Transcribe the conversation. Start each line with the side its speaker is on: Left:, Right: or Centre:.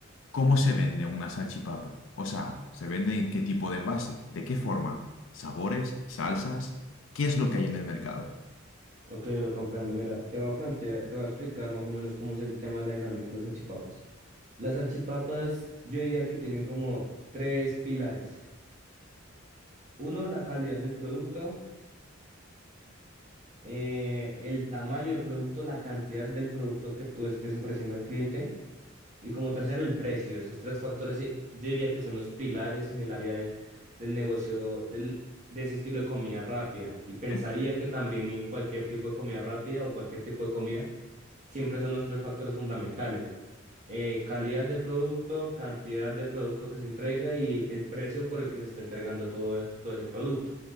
Left: ¿Cómo se vende una salchipapa? O sea, ¿se vende en qué tipo de envase? ¿De qué forma? ¿Sabores? ¿Salsas? ¿Qué es lo que hay en el mercado?
Right: Ok, lo comprendo. Mira, te voy a plantear, te voy a explicar más o menos cómo es el tema de la dinámica de las salchipapas. Las salchipapas, yo diría que tienen como tres pilares. Uno, la calidad del producto, eh, el tamaño del producto, la cantidad del producto que tú estés ofreciendo al cliente. Y como tercero, el precio. Esos tres factores eh, yo diría que son los pilares en el área de- del negocio del- de ese estilo de comida rápida. Y pensaría
Left: En-
Right: que también en cualquier tipo de comida rápida o cualquier tipo de comida, siempre son los tres factores fundamentales. Eh, calidad de producto, cantidad de producto que se entrega y el precio por el que se está entregando todo, todo ese producto.